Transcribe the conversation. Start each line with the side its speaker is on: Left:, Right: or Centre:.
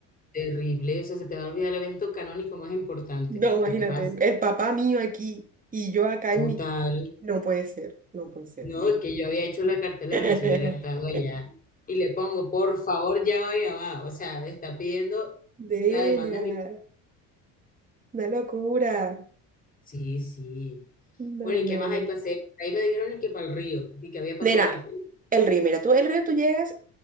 Left: Terrible, o sea, se te va a olvidar el evento canónico más importante.
Right: No, imagínate,
Left: ¿Qué te pasa?
Right: el, el papá mío aquí y yo acá
Left: Total.
Right: en mi. No puede ser, no puede ser,
Left: No,
Right: no.
Left: es que yo había hecho la cartelera
Right: <laughs>
Left: si hubiera estado allá. Y le pongo, por favor, llama a mi mamá. O sea, está pidiendo
Right: Nena,
Left: la demanda. del-
Right: una locura.
Left: Sí, sí.
Right: No,
Left: Bueno, ¿y
Right: no,
Left: qué más
Right: no.
Left: hay paseo? Ahí me dijeron y que para el río, y que había pasado
Right: Nena,
Left: para el río.
Right: el río, mira, tú el río tú llegas,